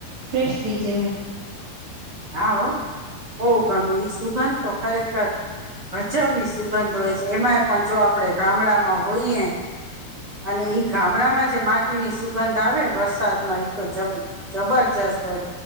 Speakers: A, on the right; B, on the right.
A: ફ્રેશ થઇ જવાય.
B: હા હો બઉ ગમે ઈ સુગંધ તો ખરેખર. ગજબી સુગંધ હોય છે. એમાંય પણ જો આપણે ગામડામાં હોઈએ અને ઈ ગામડામાં જે માટી ની સુગંધ આવે વરસાદમાં એતો જ જબરજસ્ત હોય.